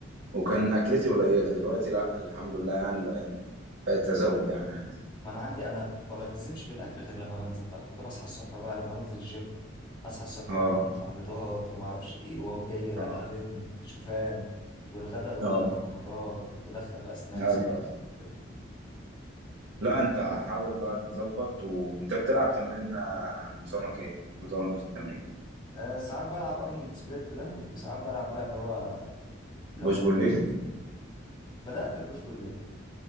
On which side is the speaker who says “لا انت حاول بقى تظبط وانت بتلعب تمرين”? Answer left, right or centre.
Right